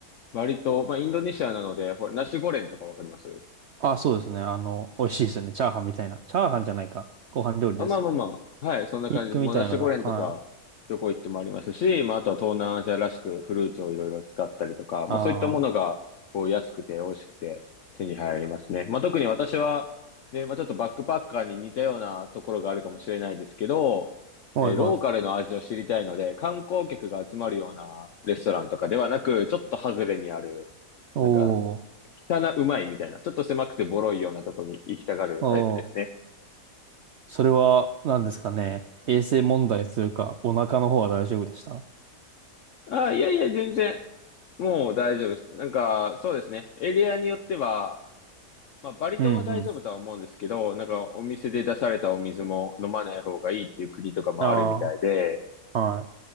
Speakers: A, on the left (about 60°); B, on the right (about 65°).
A: 割と、まあ、インドネシアなので、ほら、ナシゴレンとかわかります
B: あ、そうですね。あの、美味しいですよね。チャーハンみたいな。チャーハンじゃないか。ご飯料理ですよね。
A: あ、まあまあまあ。はい、そんな感じです。
B: ひき肉みたいのが。
A: もうナシゴレンとか、
B: はい。
A: どこ行ってもありますし、まああとは東南アジアらしくフルーツをいろいろ使ったりとか、まあそういったものが、
B: あ
A: こう安くて美味しくて手に入りますね。まあ特に私は、ね、まあちょっとバックパッカーに似たようなところがあるかもしれないですけど、
B: あ。はいはい。
A: えーローカルの味を知りたいので、観光客が集まるようなレストランとかではなく、ちょっと外れにある、
B: おー。
A: なんか、汚うまいみたいな、ちょっと狭くてボロいようなとこに行きたがるタイプですね。
B: おー。それは、何ですかね。衛生問題というか、お腹の方は大丈夫でした
A: あ、いやいや、全然。もう大丈夫です。なんか、そうですね。エリアによっては、まあ、バリ島は大丈夫とは思うんですけど、
B: うんうん。
A: なんか、お店で出されたお水も飲まない方がいいっていう国とかもあるみたいで、
B: ああ。はい。